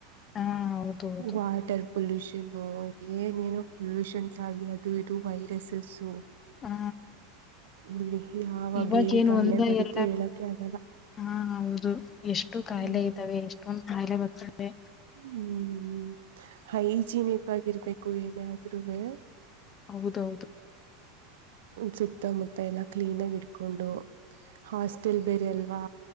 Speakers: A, on the left; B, on the right.
A: ಹಾ ಹೌದೌದು
B: ವಾಟರ್ ಪೊಲ್ಯೂಷನ್ ಏನ್ ಏನೋ ಪೊಲ್ಯೂಷನ್ಸ್ ಆಗಿ ಅದು ಇದು ವೈರಸಸ್ಸು
A: ಹಾ
B: ಬಿಡಿ ಯಾವಾಗ
A: ಇವಾಗ
B: ಏನ್
A: ಏನು
B: ಕಾಯಿಲೆ
A: ಒಂದ
B: ಬರುತ್ತೆ
A: ಎಲ್ಲ
B: ಹೇಳಕೆ ಆಗಲ್ಲ
A: ಹಾ ಹೌದು ಎಷ್ಟು ಕಾಯಿಲೆ
B: ಹ್ಮ್
A: ಇದ್ದಾವೆ ಎಷ್ಟೊಂದ್ ಕಾಯಿಲೆ ಬರ್ತದೆ
B: ಹ್ಮ್ ಹೈಜಿನಿಕ್ ಆಗಿರ್ಬೇಕು ಏನೇ ಆದ್ರುವೇ
A: ಹೌದೌದು
B: ಸುತ್ತಮುತ್ತ ಎಲ್ಲಾ ಕ್ಲೀನ್ ಆಗಿ ಇಟ್ಕೊಂಡು ಹಾಸ್ಟೆಲ್ ಬೇರೆ ಅಲ್ವಾ